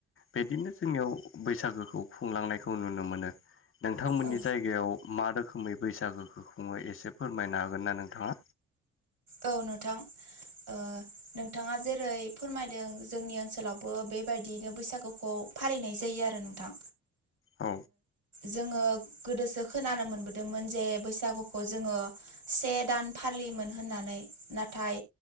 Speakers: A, on the left; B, on the right.
A: बिदिनो जोंनियाव बैसागोखौ खुंलांनायखौ नुनो मोनो नोंथांमोननि
B: औ
A: जायगायाव मा रोखोमै बैसागोखौ खुङो एसे फोरमायनो हागोन नना नोंथाङा?
B: औ नोंथां। ओ नोंथाङा जेरै फोरमायदों जोंनि ओनसोलावबो बेबायदियैनो बैसागुखौ फालिनाय जायो आरो नोंथां
A: औ
B: जोङो ओ। गोदोसो खोनानो मोनबोदोंमोन जे बैसागुखौ जोङो से दान फालि मोन। होननानै नाथाय